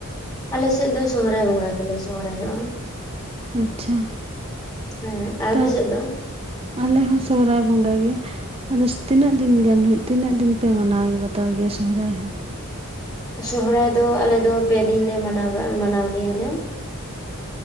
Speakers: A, on the left; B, on the right.
A: ᱟᱞᱮ ᱥᱮᱡ ᱫᱚ ᱥᱚᱦᱚᱨᱟᱭ ᱵᱚᱸᱜᱟ ᱜᱮᱞᱮ ᱥᱚᱦᱚᱨᱟᱭᱚᱜᱼᱟ᱾
B: ᱟᱪᱪᱷᱟ᱾
A: ᱦᱮᱸ ᱟᱯᱮ
B: ᱛᱚ
A: ᱥᱮᱡ ᱫᱚ?
B: ᱟᱞᱮ ᱦᱚᱸ ᱥᱚᱦᱚᱨᱟᱭ ᱵᱚᱸᱜᱟ ᱜᱮ᱾ ᱵᱚᱥ ᱛᱤᱱᱟᱹᱜ ᱫᱤᱱ ᱜᱟᱱ ᱦᱩᱭᱩᱜ ᱛᱤᱱᱟᱹᱜ ᱫᱤᱱ ᱯᱮ ᱢᱟᱱᱟᱣ ᱵᱟᱛᱟᱣ ᱜᱮᱭᱟ ᱥᱚᱦᱚᱨᱟᱭ ᱦᱚᱸ?
A: ᱥᱚᱦᱚᱨᱟᱭ ᱫᱚ ᱟᱞᱮ ᱫᱚ ᱯᱮᱫᱤᱱ ᱞᱮ ᱢᱟᱱᱟᱣ ᱵᱟ ᱢᱟᱱᱟᱣ ᱜᱮᱭᱟ ᱞᱮ᱾